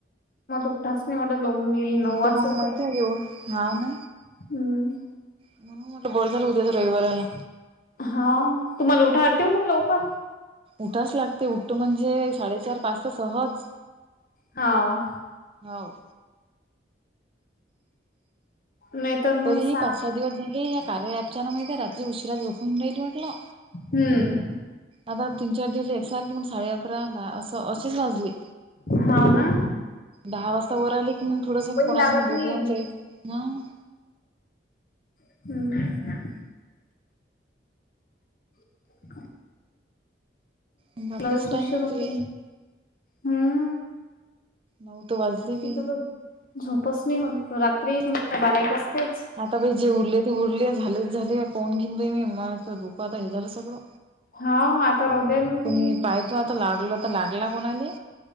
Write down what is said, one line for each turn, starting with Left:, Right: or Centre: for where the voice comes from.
Left: असास नाही वाटत <unintelligible> मी नऊ वाजता
Right: तर मग
Left: उठत
Right: माहिती आहे एवढं हा
Left: <unintelligible>
Right: ना
Left: हम्म.
Right: म्हणून म्हटलं बळ झालं उद्याच्या रविवार आला.
Left: हा तुम्हाला उठा ठेव मग लवकर.
Right: उठास लागते, उठत म्हणजे साडेचार पाच तर सहज.
Left: हाव.
Right: हाव.
Left: नाही तर मग
Right: तरी ही
Left: सहा
Right: पाच-सहा दिवस झाले या कार्या ऐप च्यान माहिती आहे रात्री उशिरा झोपून राहिली म्हटलं.
Left: हम्म.
Right: आता तीन चार दिले एकसारखी म्हण, साडे अकरा अस असेच वाजले.
Left: हाव ना.
Right: दहा वाजता वर आले की, मग थोडस
Left: वही
Right: कोणासंग
Left: लागत नाही
Right: बोलवून जाईत मग
Left: हम्म. <inaudible>
Right: मग आताच
Left: लईच
Right: टाइम
Left: उशीर
Right: होते
Left: होतोय, हम्म.
Right: नऊ तर वाजलेले.
Left: तिथं तर झोपच नाही मग तर, रात्री <unintelligible> बारा एक वाजतेच.
Right: आता बाई जे उरले ते उरले. झाले ते झाले, पाहून घेऊन बाई मी मलां हेलेलं झालं सगळं.
Left: हा आता रोद्यान मी
Right: कोणी पाय तो आता लागलं, तर लागला कोणाले?